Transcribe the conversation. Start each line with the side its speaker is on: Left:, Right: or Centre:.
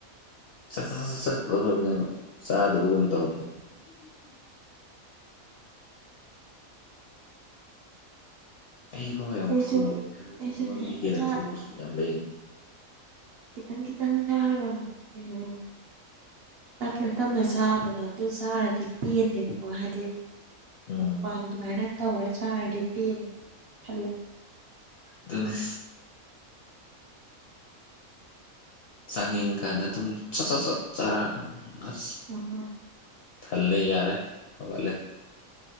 Left: ꯆꯠ ꯆꯠꯂꯣꯈ꯭ꯔꯕꯅꯤꯅ ꯆꯥꯗꯕꯒꯨꯝ ꯇꯧ ꯑꯩꯐꯥꯎ ꯌꯥꯝ
Right: ꯑꯩꯁꯨ
Left: ꯊꯨꯔꯦ ꯑꯗꯨꯒ
Right: ꯑꯩꯁꯨꯅꯦ
Left: ꯑꯩꯉꯣꯟꯗꯒꯤ ꯍꯦꯟꯅ
Right: ꯆꯥꯛ
Left: ꯊꯨꯕꯁꯨ ꯌꯥꯝ ꯂꯩꯔꯤꯅꯤ
Right: ꯈꯤꯛꯇꯪ ꯈꯤꯛꯇꯪ ꯆꯔꯒ ꯀꯩꯅꯣ ꯇꯞꯅ ꯇꯞꯅ ꯆꯥꯕꯗ ꯑꯗꯨ ꯆꯥꯔꯗꯤ ꯄꯦꯟꯗꯦꯕꯀꯣ ꯍꯥꯏꯗꯤ
Left: ꯎꯝ
Right: ꯃꯨꯛꯕꯥꯡ ꯑꯗꯨꯃꯥꯏꯅ ꯇꯧꯔꯥ ꯆꯥꯔꯗꯤ ꯄꯦꯜ ꯈꯜꯂꯦ
Left: ꯑꯗꯨꯅꯤ ꯆꯥꯅꯤꯡ ꯀꯥꯟꯅ ꯑꯗꯨꯝ ꯁꯠ ꯁꯠ ꯆꯠ ꯆꯥ ꯑꯁ
Right: ꯎꯝ
Left: ꯊꯜꯂꯦ ꯌꯥꯔꯦ ꯍꯧꯒꯠꯂꯦ